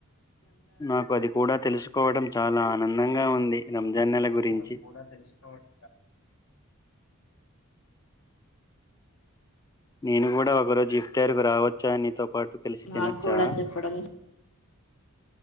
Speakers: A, on the left; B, on the left.
A: నాకు అది కూడా తెలుసుకోవడం చాలా ఆనందంగా ఉంది రంజాన్ నెల
B: నాకు
A: గురించి
B: అది కూడా తెలుసుకోవడం చా
A: నేను కూడా ఒక రోజు ఇఫ్తార్కు రావచ్చా నీతో పాటు కలిసి
B: నాకు
A: తినొచ్చా
B: కూడా చెప్పడం